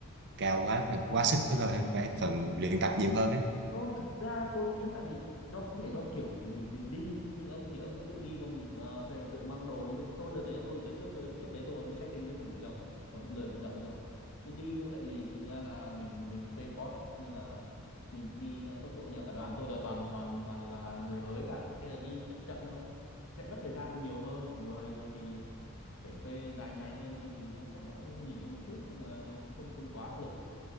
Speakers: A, on the right; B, on the left.
A: cao quá phải quá sức
B: không
A: với tôi phải cần
B: <laughs>
A: luyện tập nhiều hơn á
B: Không, thực ra tôi nghĩ tại vì do có thể do kiểu của mình mình đi như ông thì ông cứ tự đi còn ờ, rồi tự mang đồ nhưng bên tôi đợt đấy tôi đợt trước tôi trước đấy tôi có đi trekking chứ cùng gì đâu còn lười vận động cơ cứ đi thôi tại vì thực ra là mình mình thuê pot nên là mình cứ đi theo tốc độ nhà cả đoàn tôi là toàn toàn toàn là người mới cả thế là đi chậm chậm thôi sẽ mất thời gian nhiều hơn mọi người rồi thì phải thuê dài ngày hơn chi phí nó chắc nó cũng nhỉnh hơn một chút nhưng mà nó cũng không không quá áp lực